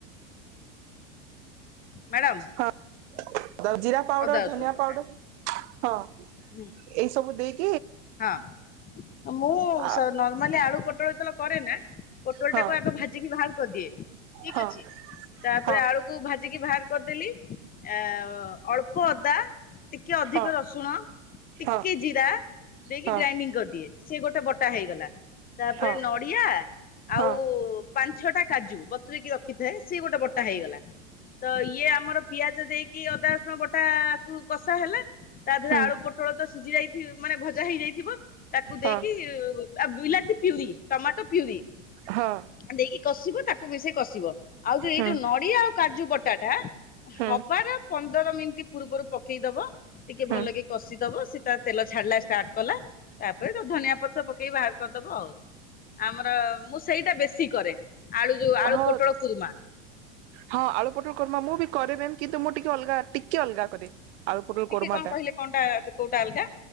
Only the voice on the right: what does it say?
ହଁ ଜିରା ପାଉଡର
ଧନିଆ
ପାଉଡର ହଁ ଏଇ
ସବୁ ଦେଇକି୍
ଆ
ହଁ
ହଁ
ହଁ
ହଁ ହଁ
ହଁ
ହଁ
ହଁ
ହଁ ହଁ
ହୁଁ
ହଁ
ହଁ
ହୁଁ
ହୁଁ
ହୁଁ
ହଁ
ହଁ ଆଳୁ ପୋଟଳ କୁରୁମା ମୁଁ ବି କରେ ଦେନ କିନ୍ତୁ ମୁଁ ଟିକେ ଅଲଗା ଟିକେ ଅଲଗା କରେ। ଆଳୁ ପୋଟଳ
କୁରୁମାଟା